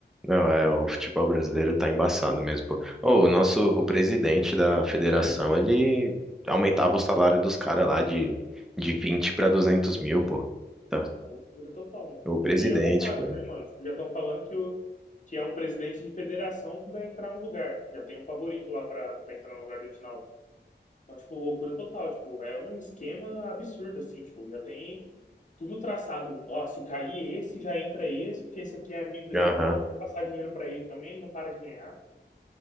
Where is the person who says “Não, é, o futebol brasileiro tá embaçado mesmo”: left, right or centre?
Centre